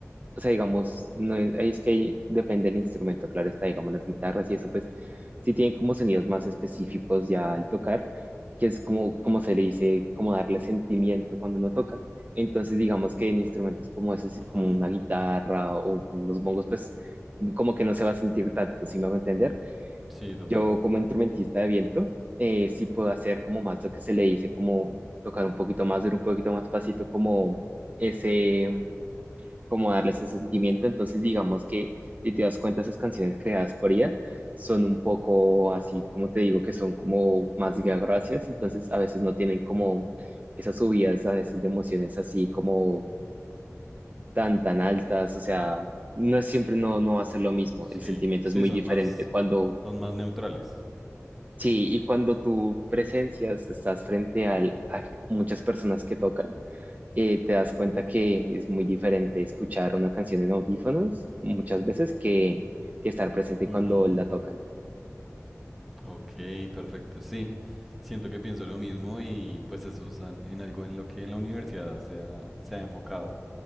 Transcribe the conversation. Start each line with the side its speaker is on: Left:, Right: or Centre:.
Right: o sea, digamos, no es, ahí es que ahí depende del instrumento, claro está, digamos, las guitarras y eso, pues sí tienen como sonidos más específicos ya al tocar, que es como, como se le dice, como darle sentimiento cuando uno toca. Entonces, digamos que en instrumentos como ese,
Centre: Ujú.
Right: como una guitarra o los bongos, pues como que no se va a sentir tanto, si me hago entender?
Centre: Sí, total.
Right: Yo como instrumentista de viento, eh, sí puedo hacer como más lo que se le dice, como tocar un poquito más duro, un poquito más pasito, como ese, como darle ese sentimiento. Entonces digamos que si te das cuenta, esas canciones creadas por ella son un poco así, como te digo, que son como más gracias, entonces a veces no tienen como esas subidas a veces de emociones así como tan, tan altas, o sea, no es siempre, no, no va a ser lo mismo,
Centre: Sí,
Right: el sentimiento
Centre: sí,
Right: es muy
Centre: son
Right: diferente
Centre: más,
Right: cuando
Centre: son más neutrales.
Right: Sí, y cuando tú presencias, estás frente al- a g- muchas personas que tocan, eh, te das cuenta que es muy diferente escuchar una canción en audífonos muchas veces que, que estar presente
Centre: Ujú.
Right: cuando la tocan.
Centre: Ok, perfecto. Sí, siento que pienso lo mismo y pues eso es an- en algo en lo que la universidad se ha, se ha enfocado.